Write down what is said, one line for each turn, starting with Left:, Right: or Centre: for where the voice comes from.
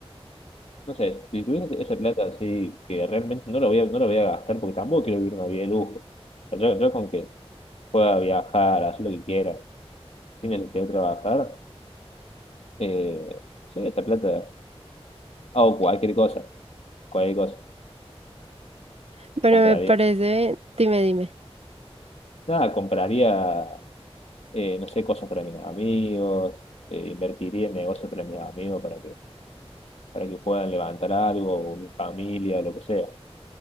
Left: No sé, si tuviese esa plata así, que realmente no la voy a, no la voy a gastar porque tampoco quiero vivir una vida de lujo. O sea, Yo, yo con que pueda viajar, hacer lo que quiera, sin necesidad de trabajar, eh, no sé, esa plata hago cualquier cosa, cualquier cosa,
Right: Bueno,
Left: compraría.
Right: me parece, dime, dime.
Left: Nada, compraría eh, no sé, cosas para mis amigos, eh, invertiría en negocios para mis amigos para que, para que puedan levantar algo, o mi familia, o lo que sea.